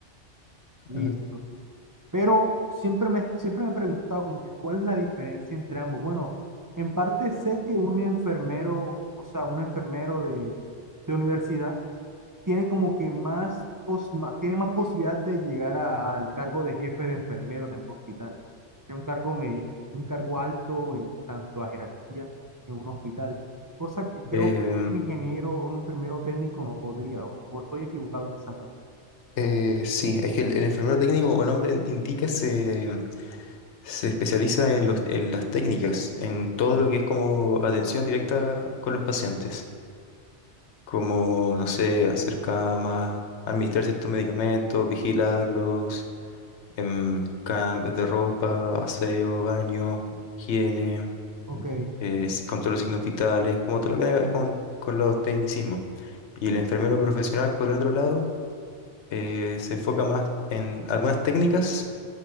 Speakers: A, on the right; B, on the left.
A: Listo.
B: Ah,
A: Pero siempre me, siempre me he preguntado como que cuál es la diferencia entre ambos. Bueno, en parte sé que un enfermero, o sea, un enfermero de, de universidad tiene como que más, pos- más- tiene más posibilidad de llegar a- al cargo de jefe de enfermeros en un hospital. que un cargo media, un cargo alto en tanto a jerarquía en un hospital. Cosa que creo
B: Em,
A: que un ingeniero o un enfermero técnico no podría, o, o estoy equivocado en esa parte.
B: eh, sí, es que el, el enfermero técnico, como el nombre indica, se, se especializa en los, en las técnicas, en todo lo que es como atención directa con los pacientes, como, no sé, hacer camas, administrar ciertos medicamentos, vigilarlos, em, cambios de ropa, aseo, baño, higiene.
A: Ok,
B: eh, s- con todos los signos vitales, como todo lo que tenga que ver con, con los tecnicismos. Y el enfermero profesional, por el otro lado, eh, se enfoca más en algunas técnicas.